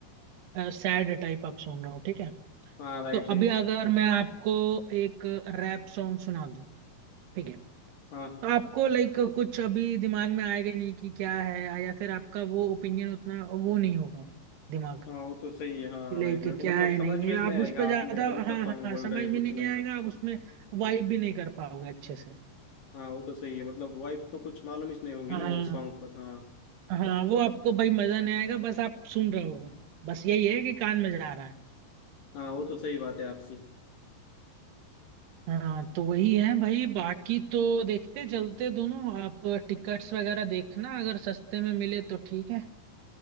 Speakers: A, on the right; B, on the left.
A: सैड टाइप आप सुन रहे हो ठीक है
B: हाँ राइट
A: तो
B: है
A: अभी अगर मैं आपको एक रैप सॉन्ग सुना दूं ठीक है
B: हाँ
A: तो आपको लाइक कुछ अभी दिमाग में आएगा नहीं कि क्या है या फिर आपका वो ओपिनियन उतना वो नहीं होगा दिमाग
B: हाँ वो तो सही है हाँ
A: कि लाइक
B: राइट मेरे को
A: क्या
B: मतलब
A: है
B: समझ
A: नहीं
B: में
A: है
B: नहीं
A: आप
B: आएगा
A: उस पर ज्यादा
B: आपने कौन सा
A: हाँ
B: सॉन्ग
A: हाँ हाँ,
B: बोल
A: समझ
B: रहे हैं, कुछ
A: भी नहीं
B: नहीं
A: आएगा आप उसमें वाइब भी नहीं कर पाओगे अच्छे से
B: हाँ वो तो सही है मतलब वाइफ तो कुछ मालूम ही नहीं होगी
A: हाँ
B: ना वो सॉन्ग पर हाँ
A: हाँ वो आपको भाई मजा नहीं आएगा बस आप सुन रहे होगे बस यही है कि कान में जा रहा है
B: हाँ वो तो सही बात है आपकी
A: हाँ तो वही है भाई बाकी तो देखते चलते दोनों आप टिकट्स वगैरह देखना अगर सस्ते में मिले तो ठीक है